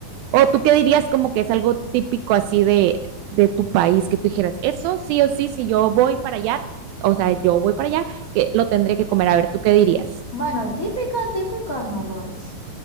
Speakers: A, on the right; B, on the left.
A: o tú qué dirías como que es algo típico así de, de tu país, que tú dijeras, eso sí o sí, si yo voy para allá, o sea, yo voy para allá, que lo tendré que comer. A ver, ¿tú qué dirías?
B: Bueno, típico, típico no lo es.